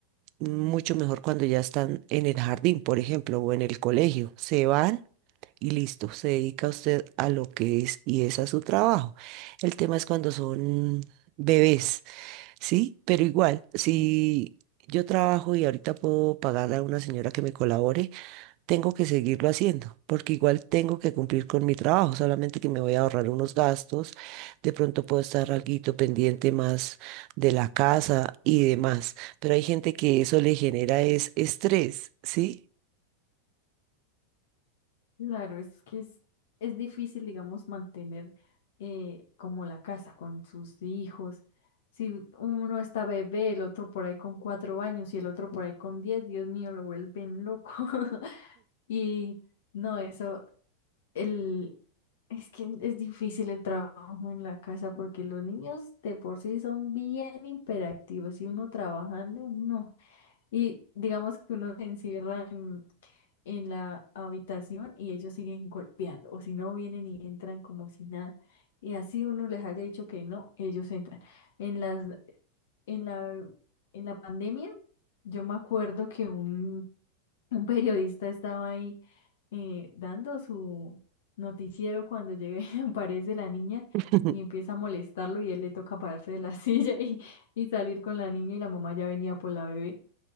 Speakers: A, on the right; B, on the left.
A: Mucho mejor cuando ya están en el jardín, por ejemplo, o en el colegio. Se van y listo, se dedica usted a lo que es y es a su trabajo. El tema es cuando son bebés, ¿sí? Pero igual, si yo trabajo y ahorita puedo pagarle a una señora que me colabore, tengo que seguirlo haciendo, porque igual tengo que cumplir con mi trabajo, solamente que me voy a ahorrar unos gastos, de pronto puedo estar alguito pendiente más de la casa y demás, pero hay gente que eso le genera es estrés, ¿sí?
B: Claro, es que es, es difícil, digamos, mantener eh, como la casa con sus hijos. Si uno está bebé, el otro por ahí con cuatro años y el otro por ahí con diez, Dios mío, lo vuelven loco. <laughs> Y no, eso, el, es que es difícil el trabajo en la casa porque los niños de por sí son bien hiperactivos y uno trabajando, no. Y digamos que uno se encierra en la habitación y ellos siguen golpeando, o si no vienen y entran como si nada. Y así uno les haya dicho que no, ellos entran. En las, en la, en la pandemia, yo me acuerdo que un, <laughs> un periodista estaba ahí eh, dando su noticiero cuando llega y <laughs> aparece la niña
A: <laughs>
B: y empieza a molestarlo y él le toca pararse de la <laughs> silla y, y salir con la niña y la mamá ya venía por la bebé